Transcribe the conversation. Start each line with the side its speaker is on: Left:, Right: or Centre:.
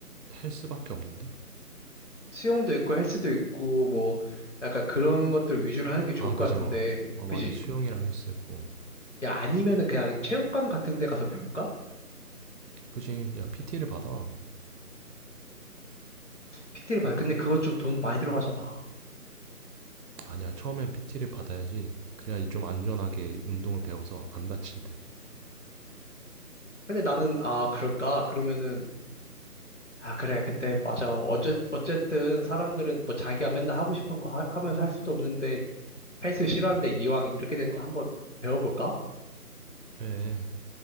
Right: 헬스밖에 없는데?
Left: 수영도 있고 헬스도 있고 뭐 약간 그런 것들 위주로 하는 게 좋을
Right: 아,
Left: 것
Right: 그지,
Left: 같은데,
Right: 어, 어,
Left: 그지?
Right: 맞아. 수영이랑 헬스. 어.
Left: 야, 아니면은 그냥 체육관 같은 데 가서 배울까?
Right: 그지, 야, PT를 받아.
Left: 피 t 를 받아. 근데 그거 좀 돈 많이 들어가잖아.
Right: 아니야, 처음엔 PT를 받아야지. 그래야지 좀 안전하게 운동을 배워서 안 다친대.
Left: 근데 나는, 아, 그럴까? 그러면은, 아, 그래. 근데 맞아. 어째, 어쨌든 사람들은 뭐 자기가 맨날 하고 싶은 거 하, 하면서 할 수도 없는데 헬스 싫어하는데 이왕 이렇게 된 거 한번 배워볼까?
Right: 그래,